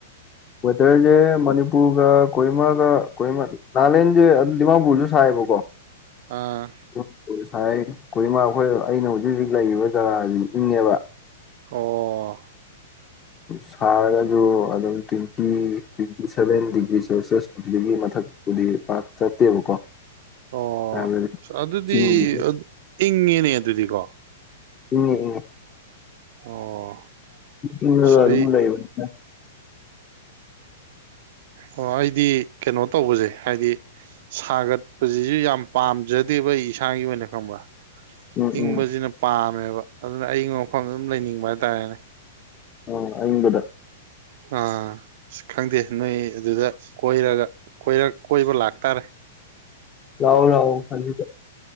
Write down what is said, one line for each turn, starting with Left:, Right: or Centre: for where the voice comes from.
Left: ꯋꯦꯗꯔꯖꯦ ꯃꯅꯤꯄꯨꯔꯒ ꯀꯣꯍꯤꯃꯥꯒ ꯀꯣꯍꯤꯃ ꯅꯒꯥꯂꯦꯟꯖꯦ ꯗꯤꯃꯥꯄꯨꯔꯖꯨ ꯁꯥꯏꯌꯦꯕꯀꯣ
Right: ꯑꯥ
Left: ꯉꯁꯥꯏ ꯀꯣꯍꯤꯃꯥ ꯑꯈꯣꯏ ꯑꯩꯅ ꯍꯧꯖꯤꯛ ꯍꯧꯖꯤꯛ ꯂꯩꯔꯤꯕ ꯖꯒꯥꯁꯤꯗꯤ ꯏꯪꯉꯦꯕ
Right: ꯑꯣ
Left: ꯁꯥꯔꯒꯁꯨ ꯑꯗꯨꯝ twenty twenty seven degree Celsius ꯒꯤ ꯃꯊꯛꯇꯗꯤ ꯄꯥꯛ ꯆꯠꯇꯦꯕꯀꯣ
Right: ꯑꯣ
Left: ꯍꯥꯏꯕꯗꯤ
Right: ꯑꯗꯨꯗꯤ
Left: ꯆꯤꯡꯒꯤ
Right: ꯏꯪꯉꯤꯅꯦ ꯑꯗꯨꯗꯤꯀꯣ
Left: ꯏꯪꯉꯦ ꯏꯪꯉꯦ
Right: ꯑꯣ
Left: ꯏꯪꯉꯒ
Right: ꯑꯁ
Left: ꯑꯗꯨꯝ
Right: ꯑꯩ
Left: ꯂꯩꯕꯅꯤꯅꯥ
Right: ꯑꯣ ꯑꯩꯗꯤ ꯀꯦꯅꯣ ꯇꯧꯕꯖꯦ ꯍꯥꯏꯗꯤ ꯁꯥꯒꯠꯄꯖꯤꯖꯨ ꯌꯥꯝ ꯄꯥꯝꯖꯗꯦꯕ ꯑꯩ ꯏꯁꯥꯒꯤ ꯑꯣꯏꯅ ꯈꯪꯕ꯭ꯔꯥ
Left: ꯎꯝ
Right: ꯏꯪꯕꯖꯤꯅ
Left: ꯎꯝ
Right: ꯄꯥꯝꯃꯦꯕ ꯑꯗꯨꯅ ꯑꯏꯪꯕ ꯃꯐꯝꯗ ꯑꯗꯨꯝ ꯂꯩꯅꯤꯡꯕ ꯍꯥꯏꯇꯥꯔꯦꯅꯦ
Left: ꯑꯣ ꯑꯏꯪꯕꯗ
Right: ꯑꯥ ꯁ ꯈꯪꯗꯦ ꯅꯣꯏ ꯑꯗꯨꯗ ꯀꯣꯏꯔꯒ ꯀꯣꯏꯔꯛ ꯀꯣꯏꯕ ꯂꯥꯛꯇꯥꯔꯦ <inaudible>
Left: ꯂꯥꯑꯣ ꯂꯥꯑꯣ ꯐꯟꯖꯨ